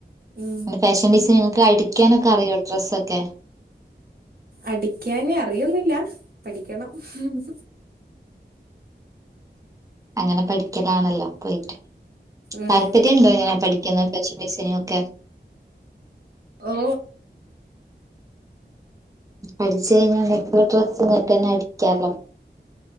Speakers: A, on the right; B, on the right.
A: ഉം
B: ഫാഷൻ ഡിസൈനൊക്ക അടിക്കാനൊക്കെ അറിയോ ഡ്രസ്സൊക്കെ
A: അടിക്കാന് അറിയൊന്നൂല്ല പഠിക്കണം ഹ് മ്
B: അങ്ങനെ പഠിക്കലാണല്ലോ പോയിട്ട്
A: ഉം
B: താല്പര്യംണ്ടോ ഇങ്ങനെ പഠിക്കുന്നത് ഫാഷൻ ഡിസൈനിങ് ഒക്കെ
A: ഓ
B: പഠിച്ച് കഴിഞ്ഞാ വീട്ടീന്ന് ഡ്രസ്സ് ഇങ്ങക്കെന്നെ അടിക്കാല്ലോ